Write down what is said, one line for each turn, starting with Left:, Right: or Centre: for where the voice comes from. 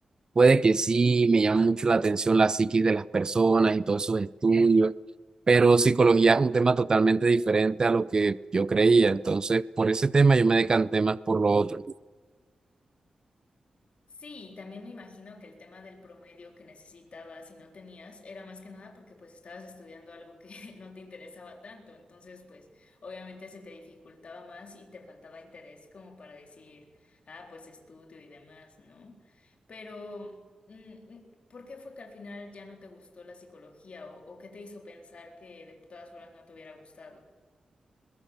Right: Puede que sí, me llama mucho la atención la psiquis de las personas y todos esos estudios, pero psicología es un tema totalmente diferente a lo que yo creía. Entonces, por ese tema yo me decanté más por lo otro.
Left: Sí, y también me imagino que el tema del promedio que necesitabas y no tenías era más que nada porque pues estabas estudiando algo que <laughs> no te interesaba tanto, entonces pues obviamente se te dificultaba más y te faltaba interés como para decir, ah, pues estudio y demás, ¿no? Pero, mm, mm, ¿por qué fue que al final ya no te gustó la psicología o, o qué te hizo pensar que de todas formas no te hubiera gustado?